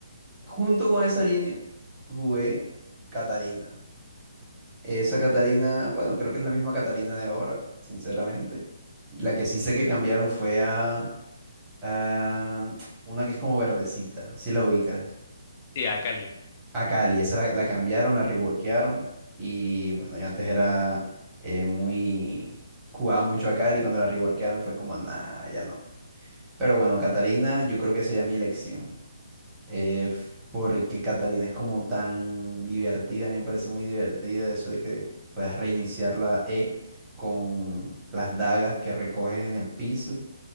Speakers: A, on the right; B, on the left.
A: junto con esa línea, jugué Catarina. Esa Catarina, bueno, creo que es la misma Catarina de ahora, sinceramente. La que sí sé que cambiaron fue a, a una que es como verdecita, si la ubicas.
B: Sí, a Cali.
A: A Cali, esa la, la cambiaron, la reworkearon. Y bueno, yo antes era eh, muy... Jugaba mucho a Cali, cuando la reworkearon fue como, nada, ya no. Pero bueno, Catarina yo creo que sería mi elección eh, f- porque Catarina es como tan divertida, a mí me parece muy divertida eso de que puedas reiniciar la E con las dagas que recoges en el piso.